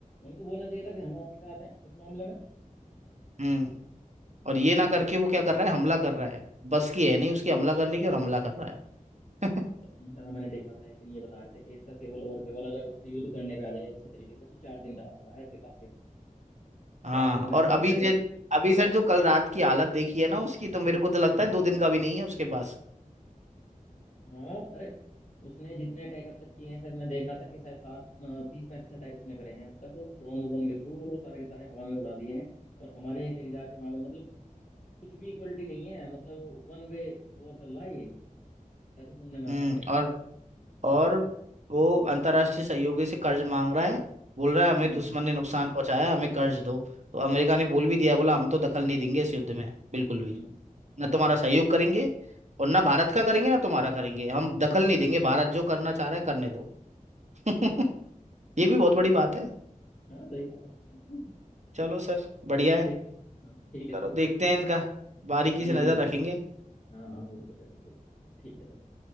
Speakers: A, on the left; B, on the right.
A: उनको बोलना चाहिए था कि हम आपके साथ हैं इस मामले में
B: हम्म और ये ना करके वो क्या कर रहा है हमला कर रहा है बस की है नहीं उसकी हमला करने की और हमला कर रहा है <laughs>
A: पता नहीं कहाँ मैंने देखा था एक दिन ये बता रहे थे कि इसका केवल और केवल अगर युद्ध करने पे आ जाए अच्छे तरीके से तो चार दिन का हौसला है इसके पास केवल
B: हाँ
A: चार दिन में
B: और
A: निपट
B: अभी
A: जाएगा
B: जे अभी सर जो कल रात की हालत देखी है ना उसकी तो मेरे को तो लगता
A: हम्म।
B: है दो दिन का भी नहीं है उसके पास
A: हाँ अरे उसने जितने अटैक अब तक किए हैं शायद मैं देख रहा था कि शायद साठ तीस पैंतीस अटैक उसने करे हैं अब तक ड्रोन व्रोन के थ्रू और वो सारे के सारे हवा में उड़ा दिए हैं और हमारे एक एक जाके वहां पे मतलब कुछ भी इक्वलिटी नहीं है मतलब वन वे वॉर चल रहा है ये ऐसे सुनने में
B: हम्म
A: आया था मेरे
B: और और वो अंतर्राष्ट्रीय सहयोगी से कर्ज मांग रहा है बोल रहा है हमें
A: हम्म
B: दुश्मन ने नुकसान पहुंचाया है, हमें कर्ज दो तो अमेरिका ने बोल भी दिया है, बोला हम तो दखल नहीं देंगे इस युद्ध में बिल्कुल
A: हम्म
B: भी ना तुम्हारा सहयोग करेंगे और ना भारत का करेंगे ना तुम्हारा करेंगे हम दखल नहीं देंगे भारत जो करना चाह रहा है करने दो <laughs> ये भी बहुत बड़ी बात है
A: हाँ सही बात है <laughs>
B: चलो सर
A: चलो
B: बढ़िया
A: सर
B: है
A: देखते हैं हाँ ठीक है
B: चलो
A: सर
B: देखते हैं इनका बारीकी
A: जी
B: से नजर
A: बिल्कुल
B: रखेंगे
A: हाँ हाँ बिल्कुल है बिल्कुल ठीक है